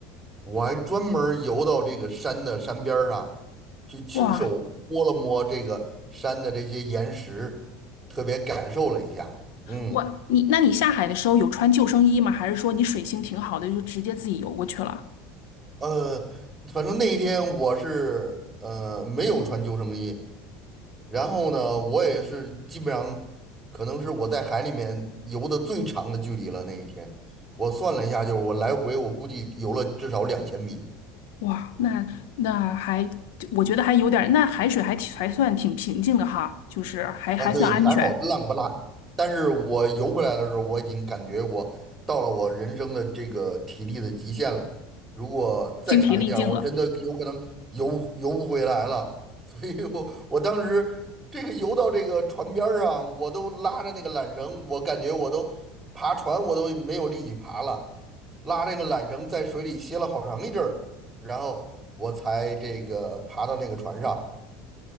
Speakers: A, on the right; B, on the left.
A: 我还专门儿游到这个山的山边儿上，去亲手摸了摸这个山的这些岩石，
B: 哇，
A: 特别感受了一下。嗯，
B: 我你那你下海的时候有穿救生衣吗？还是说你水性挺好的，就直接自己游过去了？
A: 呃，反正那一天我是呃没有穿救生衣，然后呢，我也是基本上可能是我在海里面游的最长的距离了。那一天，我算了一下，就是我来回我估计游了至少两千米。
B: 哇，那那还我觉得还有点儿，那海水还挺还算挺平静的哈，就是还还算安全，
A: 啊，对，还好浪不烂。但是我游回来的时候，我已经感觉我到了我人生的这个体力的极限了。如果再长一点儿我真的有可能游游不回来了。
B: 精疲力尽了。
A: 所以我我当时这个游到这个船边儿上，我都拉着那个缆绳，我感觉我都爬船我都没有力气爬了，拉这个缆绳在水里歇了好长一阵儿，然后我才这个爬到那个船上。